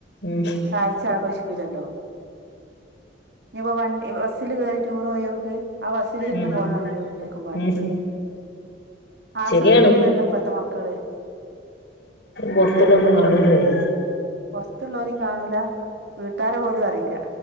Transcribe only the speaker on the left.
ഉം
ഉം
ഉം
ശരിയാണ്
പൊറത്തുള്ള ഒന്നും കാണൂല പിന്നെ